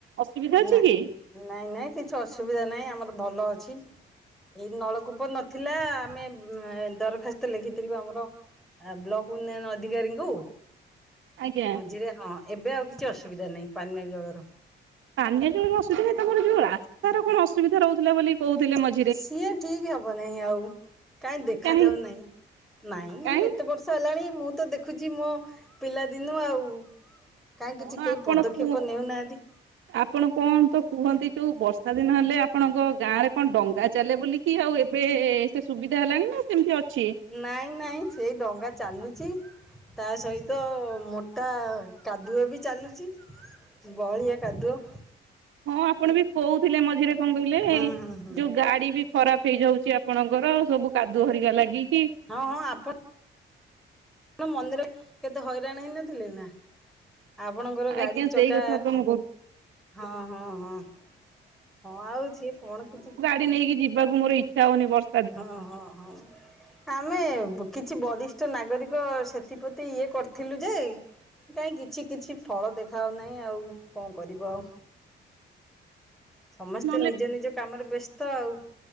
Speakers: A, on the right; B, in the centre.
A: ଅସୁବିଧା ଅଛି
B: ନା
A: କି?
B: ନାଇଁ ନାଇଁ କିଛି ଅସୁବିଧା ନାହିଁ ଆମର ଭଲ ଅଛି। ଏଇ ନଳକୂପ ନଥିଲା ଆମେ ଦରଖାସ୍ତ ଲେଖିଥିଲୁ ଆମର ଆ ବ୍ଲକ ଉନ୍ନୟନ ଅଧିକାରୀଙ୍କୁ।
A: ଆଜ୍ଞା।
B: ମଝିରେ ହଁ ଏବେ ଆଉ କିଛି ଅସୁବିଧା ନାହିଁ ପାନୀୟ ଜଳର।
A: ପାନୀୟ ଜଳର ଅସୁବିଧା ନାହିଁ ତମର ଯୋଉ ରାସ୍ତାର କଣ ଅସୁବିଧା ରହୁଥିଲା ବୋଲି କହୁଥିଲେ ମ
B: ସିଏ ଠିକ ହବ ନାଇଁ ଆଉ କାଇଁ ଦେଖା
A: କାହିଁ
B: ଯାଉ ନାଇଁ ନାଇଁ
A: କାହିଁ
B: ଏତେ ବର୍ଷ ହେଲାଣି ମୁଁ ତ ଦେଖୁଚି ମୋ ପିଲାଦିନୁ ଆଉ। କାଉଁ
A: କଣ
B: କିଛି କେହି
A: ଆପଣ
B: ପଦକ୍ଷେପ
A: କୁ
B: ନେଉନାହାନ୍ତି।
A: ଆପଣ କଣ ତ କୁହନ୍ତି ଯୋଉ ବର୍ଷା ଦିନ ହେଲେ ଆପଣଙ୍କ ଗାଁ ରେ କଣ ଡଙ୍ଗା ଚାଲେ ବୋଲି। କି ଆଉ ଏବେ ସେ ସୁବିଧା ହେଲାଣି ନା ସେମିତି ଅଛି।
B: ନାଇଁ ନାଇଁ ସେଇ ଡଙ୍ଗା ଚାଲୁଚି। ତା ସହିତ ମୋଟା କାଦୁଅ ବି ଚାଲୁଚି। ବହଳିଆ କାଦୁଅ।
A: ହଁ ଆପଣ ବି କହୁଥିଲେ ମଝିରେ କଣ କହିଲେ
B: ହୁଁ ହୁଁ ହୁଁ
A: ଯୋଉ ଗାଡି ବି ଖରାପ ହେଇଯାଉଚି ଆପଣଙ୍କର ସବୁ କାଦୁଅ ହରିକା ଲାଗିକି।
B: ହଁ ହଁ ଆପ ଣ ମନ୍ଦିରେ କେତେ ହଇରାଣ ହେଇନଥିଲେ ନା। ଆପଣଙ୍କର ଗାଡି
A: ଆଜ୍ଞା
B: ଚକା
A: ସେଇ କଥା ତ ମୁଁ କହୁଛି।
B: ହଁ ହଁ ହଁ। ହଁ ଆଉ ସିଏ କଣ କିଛି
A: ଟି ନେଇକି ଯିବାକୁ ମୋ ଇଚ୍ଛା ହଉନି ବର୍
B: ହଁ ହଁ ହଁ। ଆମେ କିଛି ବରିଷ୍ଠ ନାଗରିକ ସେଥିପ୍ରତି ଇଏ କରିଥିଲୁ ଯେ କାଇଁ କିଛି କିଛି ଫଳ ଦେଖାଉ ନାହିଁ ଆଉ କଣ କରିବ ଆଉ।
A: <unintelligible> <inaudible>
B: ସମସ୍ତେ
A: ନହେଲେ
B: ନିଜ ନିଜ କାମରେ ବେସ୍ତ ଆଉ।